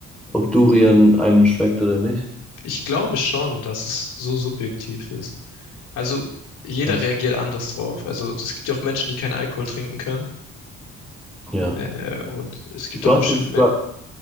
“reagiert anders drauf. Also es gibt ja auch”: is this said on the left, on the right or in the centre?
Left